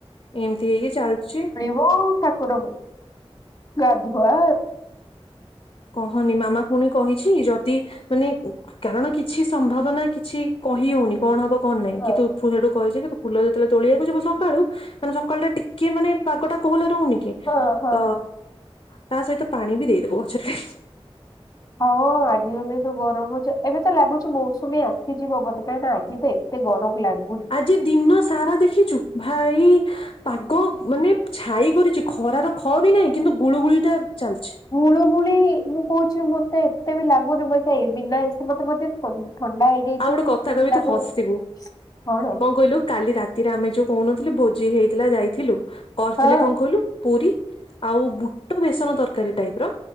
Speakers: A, on the left (about 50°); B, on the left (about 35°).
A: ଏମିତି ହେଇକି ଚାଲୁଛି,
B: ବୋ ଠାକୁର କୁ ଗାଧୁଆ,
A: କହନି ମାମା ପୁଣି କହିଛି ଯଦି ମାନେ ଉଁ, କାରଣ କିଛି ସମ୍ଭାବନା କିଛି କହି ହଉନି କଣ ହବ କଣ ନାହିଁ
B: ହଁ
A: କିନ୍ତୁ, ତୁ ସେଠୁ କହିଛି କି ତୁ ଫୁଲ ଯେତେଳେ ତୋଳଆକୁ ଯିବ ସକାଳୁ, ମାନେ ସକାଳ ଟା ଟିକେ ମାନେ ପାଗ ଟା କୋହଲା ରହୁନି କି,
B: ହଁ ହଁ
A: ତ ତା ସହିତ ପାଣି ବି ଦେଇଦବ ଗଛ ଟେ,
B: ହଉ ଆଜି ହେଲେ ଯୋଉ ଗରମ ଅଛି ଏବେ ତ ଲାଗୁଛି ମୌସୁମୀ ଆସିଯିବ ବୋତେ କାହିଁକି ନା ଆଜି ଦେ, ଏତେ ଗରମ୍ ଲାଗ୍
A: ଆଜି ଦିନ ସାରା ଦେଖିଛୁ, ଭାଇ ପାଗ ମାନେ ଛାଇ କରିଛି ଖରାର, ଖ ବି ନାଇଁ କିନ୍ତୁ ଗୁଳୁ ଗୁଳି ଟା ଚାଲଛି,
B: ମୁୁଳୁମୁଳି ମୁଁ କହୁଛି ମତେ ଏତେ ବି ଲାଗୁନି ମତ ଏ ବିନା ଏ ମତେ ବୋଧେ, ଥ ଥଣ୍ଡା ହେଇଯାଇଛି
A: ଆଉ ଗୋଟେ କଥା କହିବି
B: ଲାଗୁନି
A: ତୁ ହସିବୁ
B: କଣ
A: କଁ କହିଲୁ କାଲି ରାତ୍ ତିରା ଆମେ ଯୋଉ କହୁନଥିଲୁ ଭୋଜି ହେଇଥିଲା ଯାଇଥିଲୁ କରିଥିଲେ
B: ହଁ
A: କଁ କହିଲୁ, ପୁରୀ ଆଉ ବୁଟ ବେସନ ତରକାରୀ ଟାଇପ୍ ର